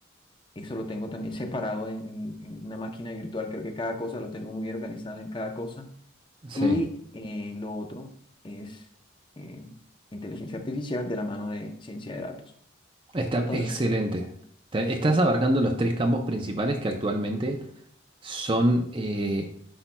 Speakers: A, on the left; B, on the right.
A: Eso lo tengo también separado en, en- en una máquina virtual. Creo que cada cosa lo tengo muy bien organizado en cada cosa.
B: Sí,
A: Y eh, lo otro es eh, inteligencia artificial de la mano de ciencia de datos.
B: está
A: Entonces,
B: excelente. Te- Estás abarcando los tres campos principales que actualmente son eh,